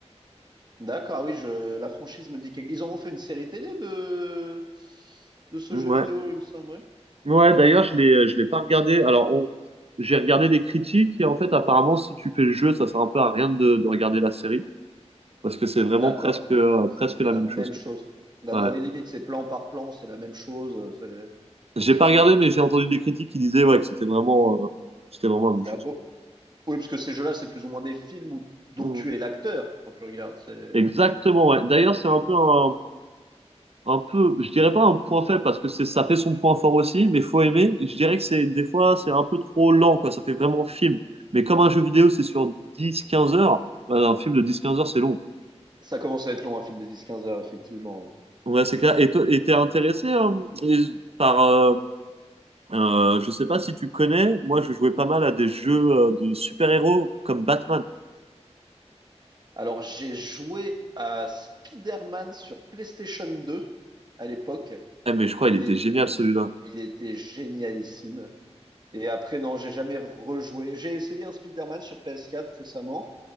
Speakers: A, on the right; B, on the right.
A: d'accord, ah oui, je, la franchise me dit quelque... Ils en ont fait une série télé de, de ce
B: Ouais.
A: jeu vidéo, il me semble. oui.
B: Ouais, d'ailleurs, je l'ai, je l'ai pas regardé. Alors, on- j'ai regardé des critiques et en fait, apparemment, si tu fais le jeu, ça sert un peu à rien de, de regarder la série parce que c'est vraiment
A: D'accord,
B: presque, euh, presque la
A: c'est la
B: même
A: même
B: chose, quoi.
A: chose. D'accord,
B: Ouais.
A: oui, limite, c'est plan par plan, c'est la même chose. euh, c'est-
B: J'ai pas regardé, mais j'ai entendu des critiques qui disaient ouais que c'était vraiment, euh, c'était vraiment la
A: D'accord.
B: même chose.
A: Oui, parce que ces jeux-là, c'est plus ou moins des films où- dont
B: quoi. Mm.
A: tu es l'acteur quand tu regardes. C'est...
B: Exactement, ouais. D'ailleurs, c'est un peu un, un peu, je dirais pas un point faible parce que c'est, ça fait son point fort aussi, mais faut aimer. Je dirais que c'est des fois, c'est un peu trop lent, quoi. Ça fait vraiment film. Mais comme un jeu vidéo, c'est sur dix, quinze heures. bah, Un film de dix, quinze heures, c'est long. quoi.
A: Ça commence à être long, un film de dix, quinze heures, effectivement. ouais.
B: Ouais, c'est clair. Et toi- et t'es intéressé hein, et- par... euh, euh, je sais pas si tu connais, moi je jouais pas mal à des jeux euh, de super-héros comme Batman.
A: Alors, j'ai joué à Spider-Man sur PlayStation 2 à l'époque.
B: Eh, mais je crois
A: Il
B: il était
A: est,
B: génial celui-là.
A: il était génialissime. Et après, non, j'ai jamais rejoué. J'ai essayé un Spider-Man sur PS4 récemment.